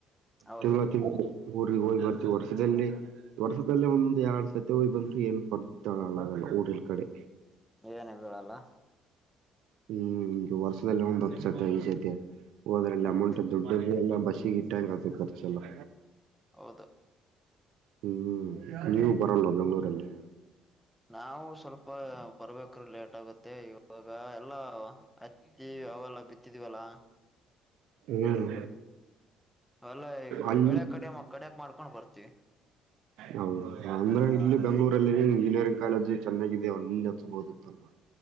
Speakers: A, in the centre; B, on the right.
A: ಹೌದು
B: ತಿವತ್ತ <inaudible> ಊರಿಗೆ ಹೋಯ್ ಬರ್ತು ವರ್ಷದಲ್ಲಿ ವರ್ಷದಲ್ಲೇ ಒಂದ್ ಎರಡ್ ಸತಿ ಹೋಗಿ ಬಂದ್ ಏನು <unintelligible> ಪರ್ತಳಳ್ಳಾಗಲ್ಲ ಊರಿಲ್ ಕಡೆ
A: ಏನ ಬೀಲ್ಲ <unintelligible>
B: ಹ್ಮ್ ಈಗ ವರ್ಷದಲ್ಲ ಒಂದ್ ಹತ್ತು ಸತೆ ಐದು ಸತಿ ಹೋದ್ರಲ್ಲಿ
A: ಹ್ಮ್
B: ಅಮೌಂಟ್ ದೊಡ್ಡೊ ಎಲ್ಲಾ ಬಸಿಗ್ ಇಟ್ <unintelligible> ಕರ್ಚೆಲ್ಲಾ
A: ಹೌದು
B: ಹ್ಮ್ ನೀವು ಬರಲ್ವ ಬೆಂಗ್ಳೂರಲ್ಲಿ
A: ನಾವು ಸ್ವಲ್ಪ ಬರ್ಬೇಕ್ರೀ ಲೇಟ್ ಆಗುತ್ತೆ ಇವಾಗ ಎಲ್ಲಾ ಹತ್ತಿ ಅವೆಲ್ಲ ಬಿತ್ತಿದ್ವಲ್ಲ
B: ಹ್ಮ್
A: ಅಲ್ಲ
B: ಅಲ್ಲಿ
A: ಬೆಳೆ ಕಡೆ ಮ ಕಡಕ್ ಮಾಡ್ಕೊಂಡ್ ಬರ್ತವಿ
B: <inaudible> ಹೌದು ಅಂದ್ರೆ ಇಲ್ಲಿ ಬೆಂಗ್ಗಳೂರಲ್ಲಿ ಇಂಜಿನಿಯರಿಂಗ್ ಕಾಲೇಜ್ ಚೆನ್ನಾಗಿದೆ ಅಲ್ಲಿ ಹಚ್ಬೋದಿತ್ತಲ್ಲ